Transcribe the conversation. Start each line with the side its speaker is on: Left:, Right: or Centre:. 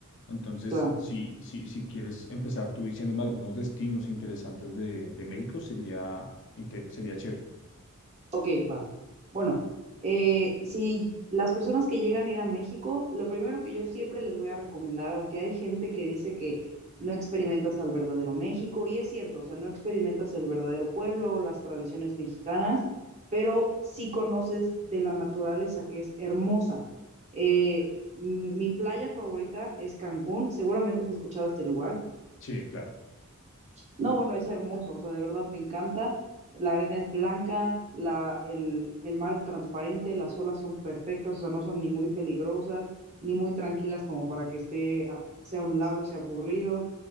Left: Entonces,
Right: Claro.
Left: si, si, si quieres empezar tú diciéndome algunos destinos interesantes de, de México, sería, inte- sería chévere.
Right: Ok, va. Bueno, eh, si las personas que llegan a ir a México, lo primero que yo siempre les voy a recomendar, aunque hay gente que dice que no experimentas al verdadero México, y es cierto, o sea, no experimentas el verdadero pueblo o las tradiciones mexicanas, pero sí conoces de la naturaleza que es hermosa. Eh, m- mi playa favorita es Cancún, seguramente has escuchado este lugar.
Left: Sí, claro.
Right: No, bueno, es hermoso, o sea, de verdad me encanta. La arena es blanca, la, el, el mar es transparente, las olas son perfectas, o sea, no son ni muy peligrosas, ni muy tranquilas como para que esté, a- sea un lago y sea aburrido.